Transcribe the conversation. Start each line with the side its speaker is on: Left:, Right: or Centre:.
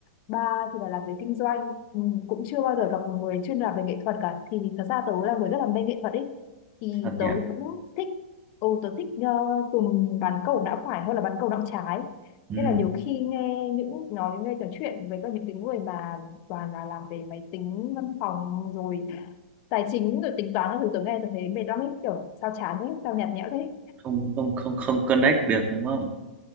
Left: ba thì là làm về kinh doanh. Ừ, cũng chưa bao giờ gặp một người chuyên làm về nghệ thuật cả. Thì thật ra tớ là người rất là mê nghệ thuật ấy. Thì
Right: thật nhá
Left: tớ cũng thích, ừ, tớ thích ờ, dùng bán cầu não phải hơn là bán cầu não trái.
Right: ừ.
Left: Nên là nhiều khi nghe những nói nghe trò chuyện với các những cái người mà toàn là làm về máy tính văn phòng rồi tài chính rồi tính toán các thứ tớ nghe tôi thấy mệt lắm ấy kiểu sao chán thế sao nhạt nhẽo thế
Right: không không không không connect được đúng không